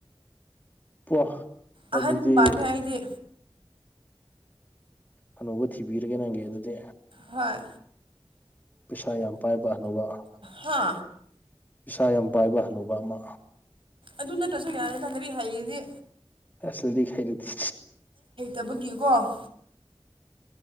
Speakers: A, on the left; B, on the right.
A: <unintelligible>
B: ꯑꯥꯍꯟ
A: ꯑꯗꯨꯗꯤ
B: ꯄꯥꯝꯃꯦ ꯑꯩꯗꯤ
A: ꯍꯅꯨꯕꯥ ꯊꯤꯕꯤꯔꯒꯦ ꯅꯪꯒꯤ ꯑꯗꯨꯗꯤ
B: ꯍꯣꯏ
A: ꯄꯩꯁꯥ ꯌꯥꯝ ꯄꯥꯏꯕ ꯍꯅꯨꯕꯥ
B: ꯍꯥ
A: ꯄꯩꯥꯁꯥ ꯌꯥꯝ ꯄꯥꯏꯕ ꯍꯥꯅꯨꯕ ꯑꯃꯥ
B: ꯑꯗꯨ ꯅꯠꯇ꯭ꯔꯁꯨ ꯌꯥꯔꯦꯗꯥ ꯂꯥꯏꯔꯤꯛ ꯍꯩꯔꯥꯗꯤ
A: ꯂꯥꯏꯔꯤꯛ ꯍꯩꯔꯥꯗꯤ
B: ꯇꯕꯒꯤꯀꯣ